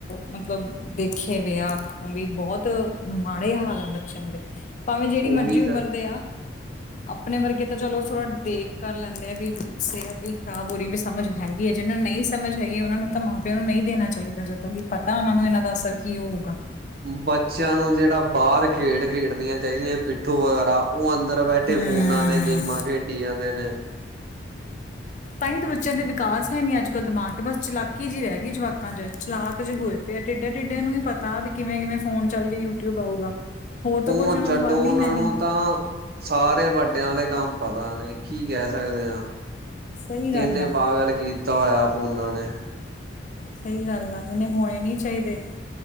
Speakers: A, on the left; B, on the right.
A: ਮਤਲਬ ਦੇਖੇ ਵੀਏ ਆ, ਅੱਖੋ ਵੀ ਬਹੁਤ ਮਾੜੇ ਹਾਲ ਆ ਬੱਚਿਆਂ ਦੇ। ਭਾਵੇਂ ਜਿਹੜੀ
B: ਉਹੀ
A: ਮਰਜ਼ੀ ਉਮਰ
B: ਤਾਂ
A: ਦੇ ਆ। ਆਪਣੇ ਵਰਗੇ ਤਾਂ ਚਲੋ ਥੋੜ੍ਹਾ ਦੇਖ ਕਰ ਲੈਂਦੇ ਆ ਵੀ ਸਿਹਤ ਵੀ ਖ਼ਰਾਬ ਹੋ ਰਹੀ ਵੀ ਸਮਝ ਹੈਗੀ। ਹੈ ਜਿਹਨੂੰ ਨਹੀਂ ਸਮਝ ਹੈਗੀ ਉਹ ਨੂੰ ਤਾਂ ਮਾਂ ਪਿਓ ਨੂੰ ਨਹੀਂ ਦੇਣਾ ਚਾਹੀਦਾ ਜਦੋਂ ਕਿ ਪਤਾ ਉਹਨਾਂ ਨੂੰ ਇਹਨਾਂ ਦਾ ਅਸਰ। ਕੀ ਹੋਊਗਾ।
B: ਬੱਚਿਆਂ ਨੂੰ ਜਿਹੜਾ ਬਾਹਰ ਖੇਡ ਖੇਡਣੀਆਂ ਚਾਹੀਦੀਆਂ ਪਿੱਠੋਂ ਵਗੈਰਾ। ਉਹ ਅੰਦਰ ਬੈਠੇ
A: ਹੂੰ
B: ਫੋਨਾਂ ਤੇ ਗੇਮਾਂ ਖੇਡੀ ਜਾਂਦੇ ਨੇ।
A: ਤਾਂਹੀ ਤਾਂ ਬੱਚਿਆਂ ਦੇ ਵਿਕਾਸ ਹੈ ਨੀ ਅੱਜ ਕੱਲ ਦਿਮਾਗ ਤੇ ਬਸ ਚਲਾਕੀ ਜਿਹੀ ਰਹਿ ਗਈ ਜਵਾਕਾਂ ਚ ਚਲਾਕ ਜੇ ਹੋਏ। ਫਿਰ ਟਿੱਡੇ- ਟਿੱਡੇ ਨੂੰ ਵੀ ਪਤਾ ਵੀ ਕਿਵੇਂ- ਕਿਵੇਂ ਫੋਨ ਚੱਲ ਕੇ ਯੂਟਿਊਬ ਆਊਗਾ। ਹੋਰ ਤਾਂ
B: ਉਛੱਡੋ
A: ਕੁਛ ਉਹਨਾਂ ਨੂੰ ਵੱਲ
B: ਉਹਨਾਂ
A: ਹੀ ਹੈ ਨੀ
B: ਨੂੰ ਤਾਂ। ਸਾਰੇ ਵੱਡਿਆਂ ਵਾਲੇ ਕੰਮ ਪਤਾ ਨੇ, ਕੀ ਕਹਿ ਸਕਦੇ ਹਾਂ।
A: ਸਹੀ ਗੱਲ
B: ਇੰਨੇ
A: ਆ
B: ਪਾਗਲ ਕੀਤਾ ਹੋਇਆ ਫੋਨਾ ਨੇ।
A: ਸਹੀ ਗੱਲ ਆ, ਇਹਨੇ ਹੋਣੇ ਨੀ ਚਾਹੀਦੇ,